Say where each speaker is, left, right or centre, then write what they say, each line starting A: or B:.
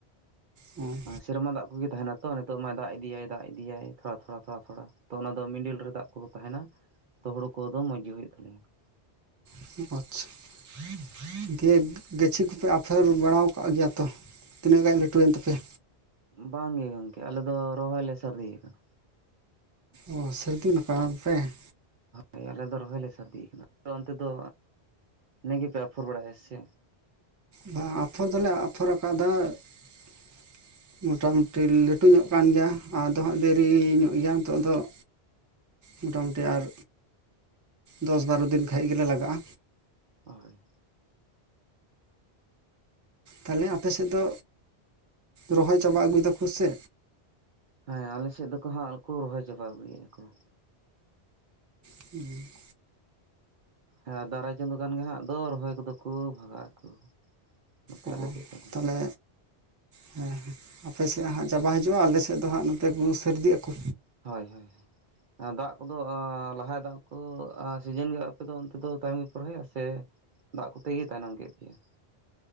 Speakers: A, on the right; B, on the right.
A: ᱚ
B: ᱥᱮᱨᱢᱟ ᱫᱟᱜ ᱠᱚᱜᱮ ᱛᱟᱦᱮᱱᱟ ᱛᱚ ᱱᱤᱛᱚᱜ ᱢᱟᱭ ᱫᱟᱜ ᱤᱫᱤᱭᱟᱭ ᱫᱟᱜ ᱤᱫᱤᱭᱟᱭ ᱛᱷᱚᱲᱟ ᱛᱷᱚᱲᱟ ᱛᱷᱚᱲᱟ ᱛᱷᱚᱲᱟ᱾ ᱛᱚ ᱚᱱᱟᱫᱚ ᱢᱤᱰᱤᱞ ᱨᱮ ᱫᱟᱜ ᱠᱚᱫᱚ ᱛᱟᱦᱮᱱᱟ ᱛᱚ ᱦᱩᱲᱳ ᱠᱚᱫᱚ ᱢᱚᱸᱡᱽ ᱜᱮ ᱦᱩᱭᱩᱜ ᱛᱟᱞᱮᱭᱟ ᱾
A: <unintelligible> ᱫᱤᱭᱮ ᱜᱟᱹᱪᱷᱤ ᱠᱚᱯᱮ ᱟᱯᱷᱮᱨ ᱵᱟᱲᱟᱣ ᱠᱟᱜ ᱜᱮᱭᱟ ᱛᱚ ᱛᱤᱱᱟᱹᱜ ᱜᱟᱱ ᱞᱟᱹᱴᱩᱭᱮᱱ ᱛᱟᱯᱮᱭᱟ?
B: ᱵᱟᱝᱜᱮ ᱜᱚᱝᱠᱮ ᱟᱞᱮ ᱫᱚ ᱨᱚᱦᱚᱭ ᱞᱮ ᱥᱟᱨᱫᱤ ᱟᱠᱟᱱᱟ᱾
A: ᱚᱻ ᱥᱟᱹᱨᱫᱤᱱ ᱟᱠᱟᱱ ᱯᱮ ᱾
B: ᱦᱳᱭ ᱟᱞᱮ ᱫᱚ ᱨᱚᱦᱚᱭ ᱞᱮ ᱥᱟᱨᱫᱤᱭ ᱟᱠᱟᱱᱟ ᱟᱯᱮ ᱚᱱᱛᱮ ᱫᱚ ᱱᱮᱜ ᱮ ᱜᱮᱯᱮ ᱟᱯᱷᱚᱨ ᱵᱟᱲᱟᱭᱟ ᱥᱮ ᱪᱮᱫ?
A: ᱵᱟᱝ ᱟᱯᱷᱚᱨ ᱫᱚᱞᱮ ᱟᱯᱷᱚᱨ ᱟᱠᱟᱫᱟ ᱾ ᱢᱚᱴᱟᱢᱩᱴᱤ ᱞᱟᱹᱴᱩ ᱧᱚᱜ ᱠᱟᱱ ᱜᱮᱭᱟ ᱟᱫᱚ ᱦᱟᱸᱜ ᱫᱮᱨᱤ ᱧᱚᱜ ᱜᱮᱭᱟ ᱱᱤᱛᱚᱜ ᱫᱚ ᱾ ᱢᱚᱴᱟᱢᱩᱴᱤ ᱟᱨ ᱫᱚᱥ ᱵᱟᱨᱚ ᱫᱤᱱ ᱠᱷᱟᱡ ᱜᱮᱞᱮ ᱞᱟᱜᱟᱜ-ᱟ᱾
B: ᱦᱳᱭ ᱾
A: ᱛᱟᱦᱚᱞᱮ ᱟᱯᱮ ᱥᱮᱫ ᱫᱚ ᱨᱚᱦᱚᱭ ᱪᱟᱵᱟ ᱟᱹᱜᱩᱭ ᱫᱟᱠᱚ ᱥᱮ?
B: ᱦᱮᱸ ᱟᱞᱮ ᱥᱮᱫ ᱫᱚᱠᱚ ᱦᱟᱸᱜ ᱠᱚ ᱨᱚᱦᱚᱭ ᱪᱟᱵᱟ ᱟᱹᱜᱩᱭᱮᱟ ᱠᱚ ᱾
A: <unintelligible>
B: ᱦᱮᱸ ᱫᱟᱨᱟᱭ ᱪᱟᱸᱫᱳ ᱜᱟᱱ ᱜᱮ ᱦᱟᱸᱜ ᱫᱚ ᱨᱚᱦᱚᱭ ᱠᱚᱫᱚ ᱠᱚ ᱵᱷᱟᱜᱟᱜ ᱟᱠᱚ᱾ ᱱᱚᱛᱮ
A: ᱚ
B: ᱟᱞᱮ ᱥᱮᱫ ᱠᱚᱫᱚ
A: ᱛᱟᱦᱚᱞᱮ ᱦᱮᱸᱮ ᱟᱯᱮ ᱥᱮᱫ ᱦᱟᱸᱜ ᱪᱟᱵᱟ ᱦᱤᱡᱩᱜ-ᱟ ᱟᱞᱮ ᱥᱮᱫ ᱫᱚ ᱦᱟᱸᱜ ᱱᱚᱛᱮ <unintelligible> ᱥᱟᱨᱫᱤ ᱟᱠᱚ
B: ᱦᱳᱭ ᱦᱳᱭ ᱾ ᱫᱟᱜ ᱠᱚᱫᱚ ᱞᱟᱦᱟ ᱫᱟᱜ ᱠᱚ ᱥᱤᱡᱮᱱ ᱜᱮ ᱟᱯᱮ ᱫᱚ ᱚᱱᱛᱮ ᱫᱚ ᱛᱟᱭᱚᱢ ᱜᱮ ᱯᱮ ᱨᱚᱦᱚᱭᱟ ᱥᱮ ᱫᱟᱜ ᱠᱚᱛᱮ ᱜᱮ ᱛᱟᱭᱱᱚᱢ ᱠᱮᱫ ᱯᱮᱭᱟ?